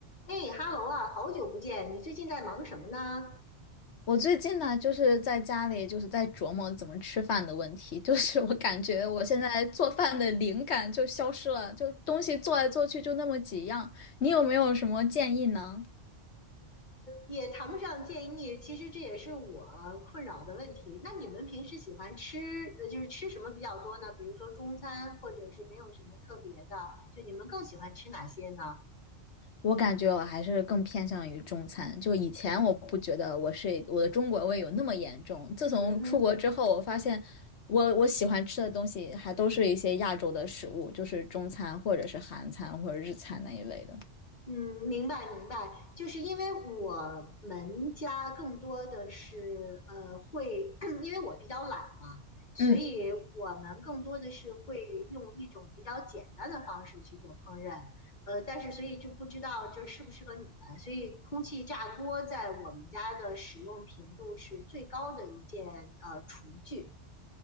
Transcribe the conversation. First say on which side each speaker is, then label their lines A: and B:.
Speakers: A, on the left (about 40°); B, on the left (about 65°).
A: 哎哈喽啊，好久不见！你最近在忙什么呢？
B: 我最近呢，就是在家里，就是在琢磨怎么吃饭的问题。<laughs> 就是我感觉我现在做饭的灵感就消失了，就东西做来做去就那么几样。你有没有什么建议呢？
A: 也谈不上建议，其实这也是我困扰的问题。那你们平时喜欢吃，呃，就是吃什么比较多呢？比如说中餐，或者是没有什么特别的，就你们更喜欢吃哪些呢？
B: 我感觉我还是更偏向于中餐。就以前我不觉得我是我的中国胃有那么严重，自从出国之后，
A: 嗯哼。
B: 我发现我我喜欢吃的东西还都是一些亚洲的食物，就是中餐或者是韩餐或者日餐那一类的。
A: 嗯，明白明白，就是因为我们家更多的是呃会，<clears throat> 因为我比较懒嘛，所以我们更多的是会用一种比较简单的方式去做烹饪，
B: 嗯。
A: 呃，但是所以就不知道这适不适合你们，所以空气炸锅在我们家的使用频度是最高的一件呃厨具。